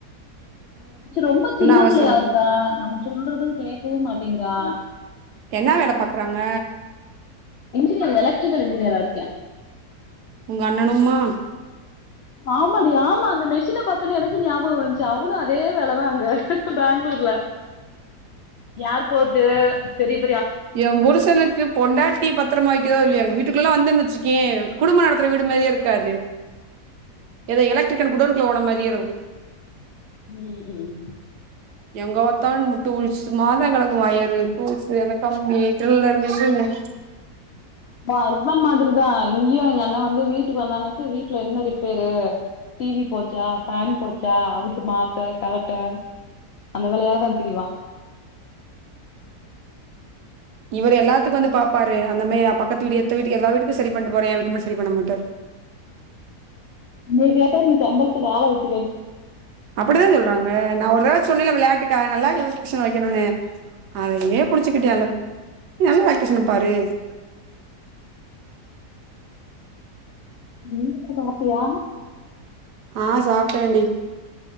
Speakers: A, on the left; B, on the right.
A: ரொம்ப சின்ன
B: அவசரோ
A: பிள்ளையா இருக்கா நமக்கு சொல்றது கேக்கவு மாட்டீங்கிறா
B: என்ன வேல பாக்குறாங்க
A: இன்ஜினியர் எலக்ட்ரீக்கல் இன்ஜினியரா இருக்யா
B: உங்க அண்ணனும்மா
A: ஆமாடி ஆமா அந்த மெஷின பாத் அத்தானே எனக்கு ஞாபகோ வந்துச்சு அவனு அதே வேலதா அங்க பேங்களூர்ல யார் போட்டு பெரிப்
B: எ புருஷனுக்கு பொண்டாட்டி பத்துரமா வெக்கிதோ இல்லியோ எங்க வீட்டுக் குல்ல எல்லா வந்தன் வெச்சு கே குடும்ப நடத்துற வீடு மாரியே இருக் க்காது எதோ எலக்ட்ரிக்கன் குடோனுகுள்ள போன மாரியே இருக்கு
A: ம் ம்
B: எங்க பாத்தாலு டூல்ஸ் மாதங் கடக்கு வொயரு டூல்ஸ் அந்த கம்பி ட்ரில்லர் மிஷீனு
A: தா ஹஸ்பெண்ட் மாதிரிதா இங்கயு எங்க அண்ண வந்து வீட்டுக்கு வந்தனாக்கு வீட்ல என்ன ரிப்பேரு டிவி போச்சா ஃபேன் போச்சா அவுத்து மாத்த கலட்ட அந்த வேலையாதா திரிவா
B: இவரு எல்லத்துக்கு வந்து பாப்பாரு அந்த மேரி பக்கத்து வீடு எதுத்த வீடு எல்லா வீட்டுக்கு செரி பண்ட்டு போறே எ வீட்டுக்கு மட்டு செரி பண்ண மாட்டார்
A: நீ கேட்ட நீ சம்பளத்துக்கு ஆள வெச்சு
B: அப்டித்தா சொல்றாங்க நா ஒரு தடவ சொன்னல வெளையாட் ட்டுக்காக நல்லா எலக்டிரீஷனா வெக்கணுனு அதையே புடுச்சுக்கிட்டு அந்த நல்ல எலக்டிரீஷன பாரு
A: நீ சாப்டியா
B: ஆ சாப்ட்டேண்டி